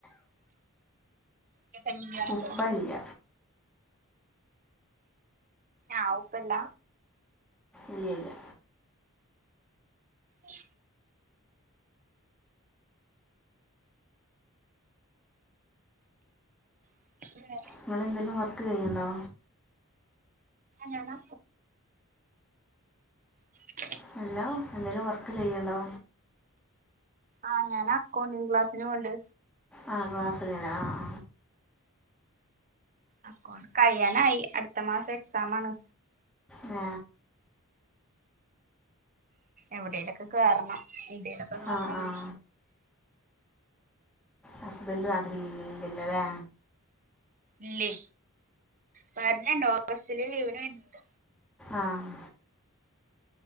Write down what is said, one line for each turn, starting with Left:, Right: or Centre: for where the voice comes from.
Right: <unintelligible>
Centre: ഉപ്പ ഇല്ല
Right: ആ, ഉപ്പല്ല
Centre: ഇയ്യ, ഇയ്യ
Right: ഉം <unintelligible>
Centre: നിങ്ങളെന്തെലും വർക്ക് ചെയ്യുണ്ടോ?
Right: ഞാനാ <unintelligible>
Centre: ഹലോ, എന്തേലും വർക്ക് ചെയ്ണ്ടോ
Right: ആ, ഞാന അക്കൗണ്ടിങ് ക്ലാസ്സിനോവ്ണ്ട്
Centre: ആ, ക്ലാസ്സ് നില ആ, ആ
Right: അകൊണ്ട് കഴ്യാനായി അടുത്ത മാസം എക്സാം ആണ്
Centre: ആ,
Right: എവിടയിലൊക്കെ കേറണം എവിടയിലൊക്കെ നോക്കണം
Centre: ആ ആ ഹസ്ബൻഡ് നാട്ടിലില്ലല്ലേ
Right: ഇല്ലേ, വരണൊണ്ട് ഓഗസ്റ്റില് ലീവിന് വരണുണ്ട്
Centre: ആഹ്